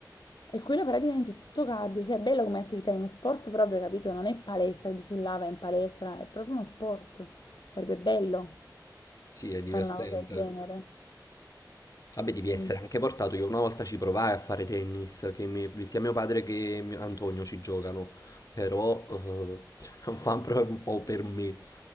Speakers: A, on the left; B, on the left.
A: E quello praticamente è tutto cardio. Cioè è bello come attività, è uno sport proprio, capito? Non è palestra, che dici là vai in palestra, è proprio uno sport. Sarebbe bello
B: sì, è divertente.
A: fare una cosa del genere.
B: Vabbè, devi
A: Comunque.
B: essere anche portato. Io una volta ci provai a fare tennis, che mi- sia mio padre che mio- Antonio ci giocano, però eh, <laughs> non fa proprio un po' per me.